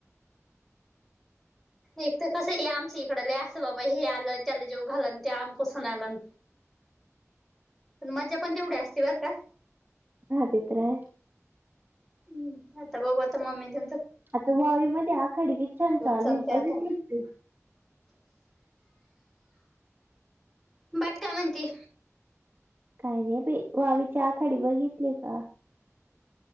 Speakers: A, in the centre; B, on the right (about 40°).
A: एक तर कसं आहे आमच्या इकडं लय असं बाबा हे आलं त्याला जेव घालान ते आम कसून आलं. मजा पण तेवढ्या असते बर का.
B: हा ते तर आहे.
A: हम्. आता बघू आता मम्मीते
B: आता वावी मध्ये आखाडी की छान चालूय
A: चालतय
B: बघितली
A: आता.
B: तू?
A: बाकी काय म्हणती?
B: काय नाही बाई वावीच्या आखाडी बघितली का?